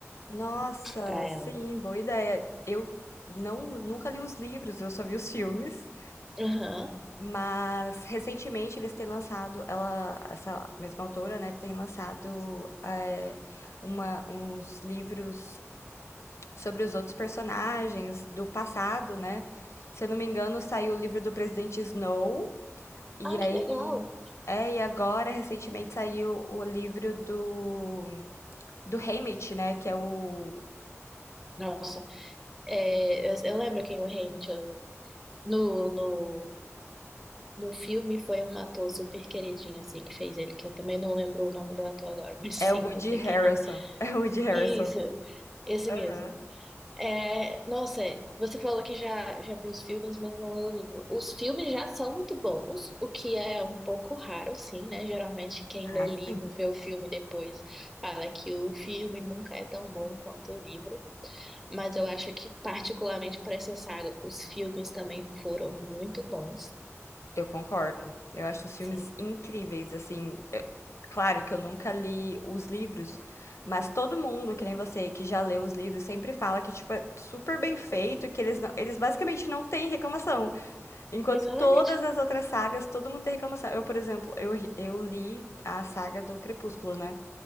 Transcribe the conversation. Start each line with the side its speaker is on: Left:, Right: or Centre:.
Left: Nossa,
Centre: para ela.
Left: sim, boa ideia. Eu não, nunca li os livros, eu só vi os filmes.
Centre: Aham.
Left: Mas recentemente eles têm lançado, ela, essa mesma autora, né, tem lançado eh, uma, uns livros sobre os outros personagens do passado, né? Se eu não me engano, saiu o livro do Presidente Snow, e
Centre: Ah, que
Left: aí.
Centre: legal.
Left: É, e agora, recentemente, saiu o livro do, do Haymitch, né? Que é o.
Centre: Nossa, é, eu, eu lembro quem o Rei Mitchell no, no, no filme foi um ator super queridinho, assim, que fez ele, que eu também não lembro o nome do ator agora, <laughs> mas sim,
Left: É o Woody
Centre: eu sei
Left: Harrelson.
Centre: quem é.
Left: <laughs> É o Woody Harrelson.
Centre: Isso, esse
Left: Aham.
Centre: mesmo. É, nossa, você falou que já, já viu os filmes, mas não leu o livro. Os filmes já são muito bons, o que é um pouco raro, sim, né? Geralmente quem
Left: Ah,
Centre: lê
Left: sim.
Centre: livro e vê o filme depois fala que o filme nunca é tão bom quanto o livro. Mas eu acho que, particularmente para essa saga, os filmes também foram muito bons.
Left: Eu concordo. Eu acho os filmes
Centre: Sim,
Left: incríveis, assim. eu- Claro que eu nunca li os livros, mas todo mundo, que nem você, que já leu os livros, sempre fala que, tipo, é super bem feito, que eles, não- eles basicamente não têm reclamação. Enquanto
Centre: exatamente.
Left: todas as outras sagas, todo mundo tem reclamação. Eu, por exemplo, eu, ri- eu li a saga do Crepúsculo, né?